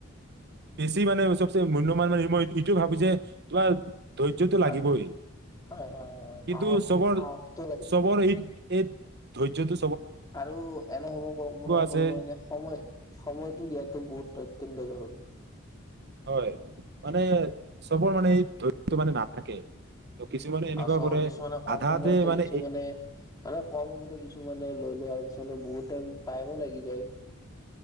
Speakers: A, on the right; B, on the left.
A: বেছি মানে চবচে মূল্যমানান মানে মই এইটো ভাবো যে তোমাৰ ধৈৰ্যটো
B: হয়
A: লাগিবই
B: হয় হয় হয়
A: কিন্তু
B: সাহস
A: চবৰ-চবৰ
B: সাহসটো লাগে
A: এই এই ধৈৰ্যতো
B: আৰু এনে সহায়
A: আছে
B: কৰিব কাৰনে সময় সময়তটো দিয়াটো বহুত অইটতন্ত জৰুৰী।
A: হয় মানে চবৰ মানে এই ধৈয্যতো মানে নাথাকে। ত কিছুমানে এনেকুৱা
B: আৰু চবৰে
A: কৰে
B: কিছুমানে কম
A: আধাতে
B: সময়তে
A: মানে
B: কিছুমানে
A: এ
B: মানে কম সময়তে কিছুমানে লৈ লয়। বহুত টাইম-টাইমো লাগি যায়।